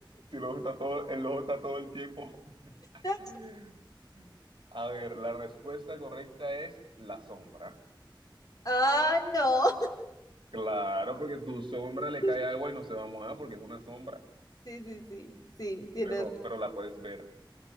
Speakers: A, on the right; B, on the left.
A: si el ojo está todo, el ojo está todo el tiempo.
B: No, <laughs> no
A: <laughs> A ver, la respuesta correcta es la sombra.
B: Ah, no.
A: Claro, porque tu sombra le
B: <laughs>
A: cae agua y no se va a mojar porque es una sombra,
B: Sí, sí, sí. Sí, tienes,
A: pero, pero la puedes ver,